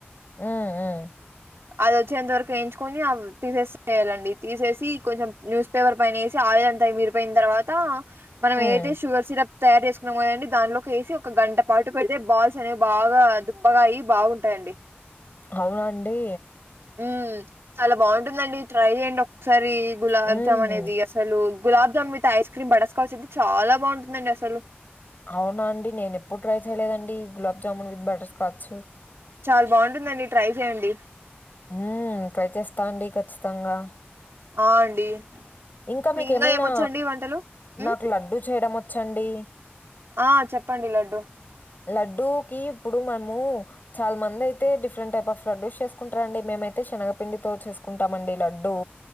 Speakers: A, on the left; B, on the right.
A: ఉం ఉం
B: అది వచ్చేంత వరకు వేయించుకొని తీసేసి చేయాలండి తీసేసి కొంచెం న్యూస్ పేపర్ పైన వేసి ఆయిల్ అంతా ఇమిరిపోయిన తర్వాత మనం
A: హ్మ్.
B: ఏదైతే షుగర్ సిరప్ తయారు చేసుకున్నాముదండి దానిలోకి వేసి ఒక గంట పాటు పెడితే బాల్ బాల్స్ అనే బాగా దుబ్బగా అయి బాగుంటాయండి
A: అవునా అండి
B: ఉం చాలా బాగుంటుందండి ట్రై చేయండి ఒకసారి గులాబ్
A: హ్మ్.
B: జామ్ అనేది అసలు gulab jamun with ice cream butterscotch అయితే చాలా బాగుంటుందండి అసలు
A: అవునా అండి నేను ఎప్పుడు ట్రై చేయలేదండి గులాబ్ జామున్ విత్ బటర్స్కాచ్
B: చాలా బాగుంటుందండి ట్రై చేయండి
A: ఉం ట్రై చేస్తా అండి ఖచ్చితంగా
B: ఆ అండి
A: ఇంకా మీక
B: మీకు
A: ఏమైనా
B: ఏమొచ్చండి వంటలు ఉమ్
A: నాకు లడ్డూ చేయడం వచ్చండి
B: ఆ చెప్పండి లడ్డు
A: లడ్డూకిి ఇప్పుడు మనము చాలా మంది అయితే డిఫరెంట్ టైప్ ఆఫ్ లడ్డ్యూస్ చేసుకుంటార అండి మేమైతే శనగపిండితో చేసుకుంటామండి లడ్డూ